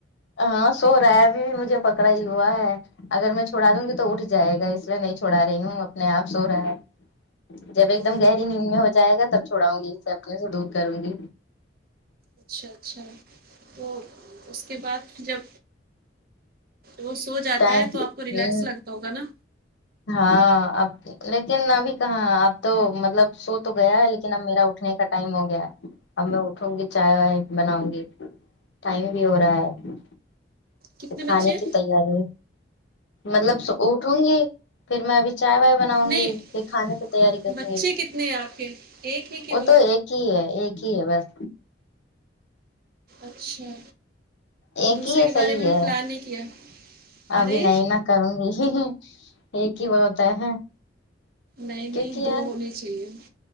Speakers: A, on the left; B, on the right.
A: ہاں سو رہا ہے ابھی بھی مجھے پکڑا ہی ہوا ہے اگر میں چھڑا دوں گی تو اٹھ جائے گا اس لیے نہیں چھڑا رہی ہوں اپنے آپ سو رہا ہے جب ایک
B: او
A: دم گہری نیند میں ہو جائے گا تب چھوڑاؤں گی اس سے اپنے سے دور کروں گی
B: اچھا اچھا وہ اس کے بعد پھر جب وہ سو جاتا
A: ٹائم
B: ہے تو آپ
A: ہوں
B: کو ریلیکس لگتا ہوگا نا
A: ہاں اب لیکن ابھی کہاں اب تو مطلب سو تو گیا ہے لیکن اب میرا اٹھنے کا ٹائم ہو گیا ہے اب میں اٹھوں گی چائے وائے بناؤں گی ٹائم بھی ہو رہا ہے
B: کتنے بچے
A: کھانے
B: ہیں؟
A: کی تیاری مطلب اٹھونگی پھر میں ابھی چائے وائے بناؤں
B: نہیں
A: گی پھر کھانے کی تیاری کروں
B: بچے
A: گی
B: کتنے ہیں آپ کے ایک ہے کہ
A: وہ
B: دو
A: تو ایک ہی ہے ایک ہی ہے بس
B: اچھا
A: ایک
B: دوسرے
A: ہی یہ
B: کے
A: صحیح
B: بارے میں بھی
A: ہے
B: پلان نہیں کیا
A: ابھی
B: ارے
A: نہیں نہ کروں گی ہمم ه ایک ہی وہ ہوتا ہے
B: نہیں
A: کیونکہ
B: نہیں دو
A: یار
B: ہونے چاہیے